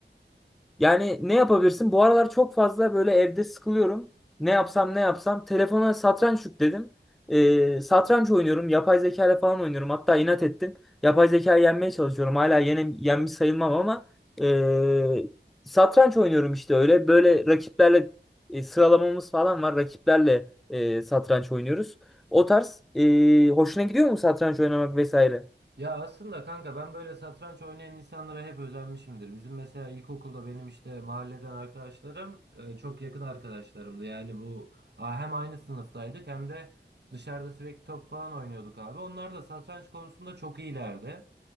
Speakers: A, in the centre; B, on the right.
A: yani ne yapabilirsin? Bu aralar çok fazla böyle evde sıkılıyorum. Ne yapsam ne yapsam. Telefona satranç yükledim. Ee, satranç oynuyorum. Yapay zeka ile falan oynuyorum. Hatta inat ettim. Yapay zeka yenmeye çalışıyorum. Hala yene, yenmiş sayılmam ama ee, satranç oynuyorum işte öyle. Böyle rakiplerle e, sıralamamız falan var. Rakiplerle e, satranç oynuyoruz. O tarz e, hoşuna gidiyor mu satranç oynamak vesaire?
B: Ya aslında kanka ben böyle satranç oynayan insanlara hep özenmişimdir. Bizim mesela ilkokulda benim işte mahalleden arkadaşlarım e, çok yakın arkadaşlarımdı. Yani bu a- hem aynı sınıftaydık hem de dışarıda sürekli top falan oynuyorduk abi. Onlar da satranç konusunda çok iyilerdi.